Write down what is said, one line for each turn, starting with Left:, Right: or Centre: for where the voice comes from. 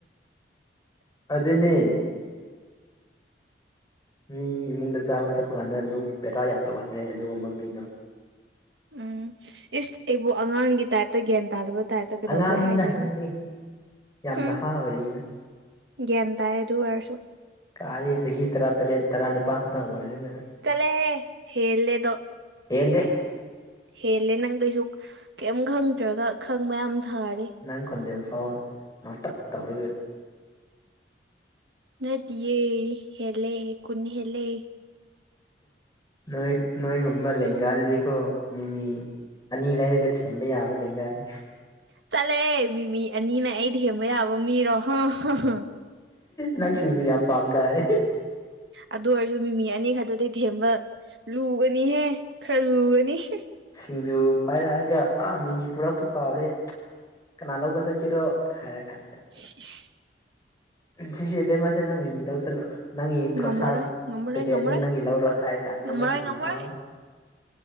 Left: ꯑꯗꯨꯅꯦ ꯃꯤ ꯏꯃꯨꯡꯗ ꯆꯥꯕ ꯆꯠꯄ ꯀꯥꯟꯗ ꯑꯗꯨꯝ ꯕꯦꯔꯥ ꯌꯥꯝ ꯇꯧꯒꯟꯕꯅꯦ ꯑꯗꯨꯒꯨꯝꯕ ꯃꯤꯗꯣ
Right: ꯎꯝ ꯏꯁ ꯑꯩꯕꯨ ꯑꯉꯥꯡꯒꯤ ꯇꯥꯏꯞꯇ ꯒ꯭ꯌꯥꯟ ꯇꯥꯗꯕ ꯇꯥꯏꯞꯇ ꯀꯩꯗꯧꯕꯩ
Left: ꯑꯉꯥꯡꯅꯤꯗ
Right: ꯍꯥꯏꯗꯣꯏꯅꯣ
Left: ꯅꯪꯗꯤ ꯌꯥꯝ
Right: ꯍꯝ
Left: ꯅꯍꯥ ꯑꯣꯏꯔꯤꯅ
Right: ꯒ꯭ꯌꯥꯟ ꯇꯥꯏ ꯑꯗꯨ ꯑꯣꯏꯔꯁꯨ
Left: ꯀꯥꯔꯤ ꯆꯍꯤ ꯇꯔꯥꯇꯔꯦꯠ ꯇꯔꯥꯅꯤꯄꯥꯜ ꯈꯛꯇꯪ ꯑꯣꯏꯔꯒ
Right: ꯆꯠꯂꯣꯍꯦ ꯍꯦꯜꯂꯦ ꯗꯣ
Left: ꯍꯦꯟꯗꯦ
Right: ꯍꯦꯜꯂꯦ ꯅꯪ ꯀꯩꯁꯨ ꯀꯩꯝ ꯈꯪꯗ꯭ꯔꯒ ꯈꯪꯕ ꯌꯥꯝ ꯁꯥꯔꯦ
Left: ꯅꯪ ꯈꯣꯟꯖꯦꯜ ꯐꯥꯎ ꯅꯣꯛꯇꯛ ꯇꯧꯔꯒ
Right: ꯅꯠꯇꯤꯌꯦ ꯍꯦꯜꯂꯦ ꯀꯨꯟ ꯍꯦꯜꯂꯦ
Left: ꯅꯣꯏ ꯅꯣꯏꯒꯨꯝꯕ ꯂꯦꯡꯒꯥꯗꯗꯤꯀꯣ ꯃꯤꯃꯤ ꯑꯅꯤ ꯂꯩꯔꯒ ꯊꯦꯝꯕ ꯌꯥꯕ ꯂꯦꯡꯒꯥꯅꯤ
Right: ꯆꯠꯂꯦ ꯃꯤꯃꯤ ꯑꯅꯤꯅ ꯑꯩꯗꯤ ꯍꯦꯝꯕ ꯌꯥꯕ ꯃꯤꯔꯣ ꯍꯥ ꯍꯥ ꯍꯥ
Left: ꯅꯪ ꯁꯤꯡꯖꯨ ꯌꯥꯝ ꯄꯥꯝꯗꯥꯏ
Right: ꯑꯗꯨ ꯑꯣꯏꯔꯁꯨ ꯃꯤꯃꯤ ꯑꯅꯤ ꯈꯛꯇꯗꯤ ꯊꯦꯝꯕ ꯂꯨꯒꯅꯤꯍꯦ ꯈꯔ ꯂꯨꯒꯅꯤ ꯍꯨꯝ
Left: ꯁꯤꯡꯖꯨ ꯄꯥꯏꯔꯛꯑꯒ ꯑꯥ ꯃꯤꯃꯤ ꯄꯨꯔꯛꯄ ꯀꯥꯎꯔꯦ ꯀꯅꯥ ꯂꯧꯕ ꯆꯠꯀꯦꯔꯣ ꯍꯥꯏꯔ ꯀꯥꯟꯗ
Right: ꯁꯤꯁꯤ
Left: ꯎꯝ ꯁꯦꯁꯦ ꯏꯕꯦꯝꯃꯥꯁꯦ ꯅꯪ ꯃꯤꯃꯤ ꯂꯧꯁꯤꯜꯂꯨ ꯅꯪꯒꯤ ꯈꯣꯔꯁꯥꯟ
Right: ꯉꯝꯃꯔꯣꯏ ꯉꯝꯃꯔꯣꯏ
Left: ꯄꯦꯛꯀꯦꯠ
Right: ꯉꯝꯃꯔꯣꯏ
Left: ꯑꯅꯤ ꯅꯪꯒꯤ ꯂꯧꯔ ꯍꯥꯏꯔ ꯀꯥꯟꯗ
Right: ꯉꯝꯃꯔꯣꯏ
Left: ꯅꯪ ꯑꯗꯨꯝ
Right: ꯉꯝꯃꯔꯣꯏ
Left: ꯍꯔꯥꯎꯅꯤ